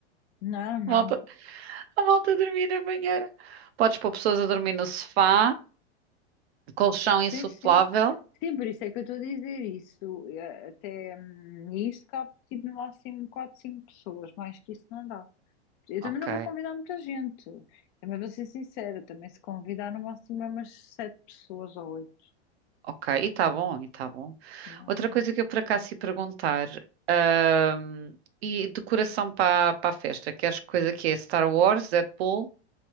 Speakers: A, on the left (about 45°); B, on the right (about 65°).
A: não, não.
B: Malta. A malta a dormir na banheira. Podes pôr pessoas a dormir no sofá, colchão
A: Sim,
B: insuflável.
A: sim. Sim, por isso é que eu estou a dizer isso. Eh, Até hum, isto cabe tipo, no máximo 4 5 pessoas, mais que isso não dá. Eu
B: Ok,
A: também não vou convidar muita gente. Também vou ser sincera, também se convidar no máximo é umas 7 pessoas ou oito
B: ok. E tá bom, e tá bom.
A: Não
B: Outra coisa que eu por acaso ia perguntar. ahm, e decoração para para a festa. Queres coisa que é Star Wars, Deadpool?